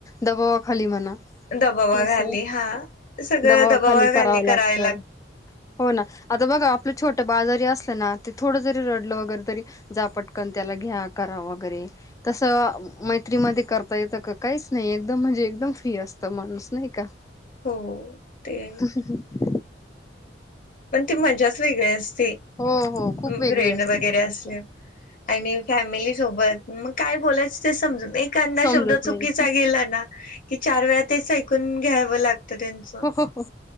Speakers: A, on the left; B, on the left.
A: दबावाखाली म्हना
B: दबावा
A: असं
B: खाली हा. सगळं
A: दबावाखाली
B: दबावा
A: कराव
B: खाली
A: लागतं.
B: करायला
A: होना, आता बघा आपलं छोटं बाळ जरी असलं ना, ते थोडं जरी रडलं वगैरे तरी जा पटकन त्याला घ्या करा वगैरे तसं मैत्रीमध्ये कर <unintelligible> काहीस नाही एकदम म्हणजे एकदम फ्री असतं माणूस नाही का?
B: हो. ते आहे.
A: ह ह,
B: पण ती मजाच वेगळी असते.
A: हो हो खूप वेगळी
B: फ्रेंड
A: असते
B: वगैरे
A: ती
B: असल्यावर
A: मज्जा
B: आणि फॅमिली सोबत मग काय बोलायचं ते समजून एखादा
A: समजत
B: शब्द चुकीचा
A: नाही.
B: गेला ना, की चार वेळा तेच ऐकून घ्यावं लाग ते त्यांच
A: हो हो हो